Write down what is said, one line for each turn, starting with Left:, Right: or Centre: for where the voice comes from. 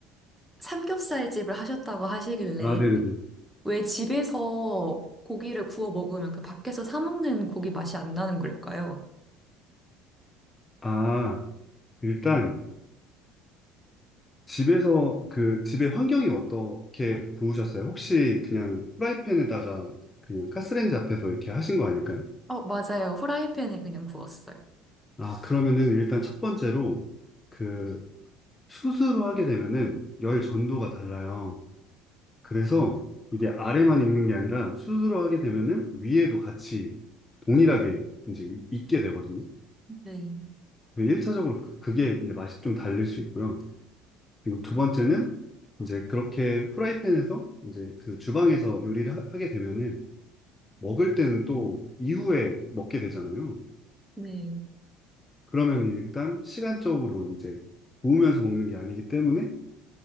Centre: 삼겹살 집을 하셨다고 하시길래,
Left: 아, 네네네.
Centre: 왜 집에서 고기를 구워 먹으면 그 밖에서 사 먹는 고기 맛이 안 나는 걸까요?
Left: 아, 일단, 집에서 그 집의 환경이 어떻게 구우셨어요? 혹시 그냥 프라이팬에다가 그냥 가스레인지 앞에서 이렇게 하신 거 아닐까요?
Centre: 어, 맞아요. 후라이팬에 그냥 구웠어요.
Left: 아, 그러면은 일단 첫 번째로 그 숯으로 하게 되면은 열 전도가 달라요. 그래서 이게 아래만 익는 게 아니라 숯으로 하게 되면은 위에도 같이 동일하게 이제 익- 익게 되거든요.
Centre: 네,
Left: 1차적으로 그게 이제 맛이 좀 다를 수 있고요. 그리고 두 번째는 이제 그렇게 프라이팬에서 이제 그 주방에서 요리를 하, 게 되면은 먹을 때는 또 이후에 먹게 되잖아요.
Centre: 네.
Left: 그러면 일단 시간적으로 이제 구우면서 먹는 게 아니기 때문에